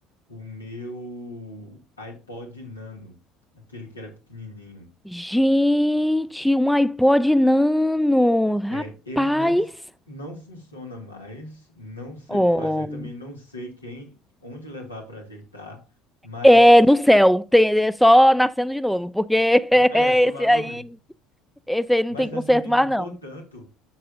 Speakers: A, on the left; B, in the centre.
A: o meu iPod Nano, aquele que era pequenininho.
B: Gente, um iPod Nano, rapaz.
A: É, ele não, não funciona mais, não sei
B: Oh.
A: o que fazer, também não sei quem, onde levar para ajeitar, mas
B: É, no céu, tem, é só nascendo de novo, porque <laughs>
A: <laughs> é,
B: esse
A: provavelmente.
B: aí. Esse aí não
A: Mas
B: tem conserto
A: assim, me
B: mais,
A: marcou
B: não.
A: tanto.